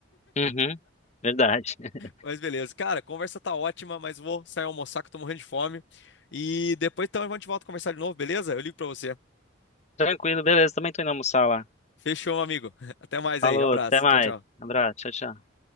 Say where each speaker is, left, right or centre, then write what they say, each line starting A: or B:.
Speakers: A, on the left; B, on the left.
A: Uhum, verdade. <laughs>
B: Mas beleza. Cara, a conversa tá ótima, mas vou sair almoçar que eu tô morrendo de fome. E depois então a gente volta a conversar de novo, beleza? Eu ligo pra você.
A: Tranquilo, beleza. Também tô indo almoçar lá.
B: Fechou, meu amigo. <laughs> Até mais
A: Falou,
B: aí. abraço.
A: até mais.
B: Tchau, tchau.
A: abraço, tchau, tchau.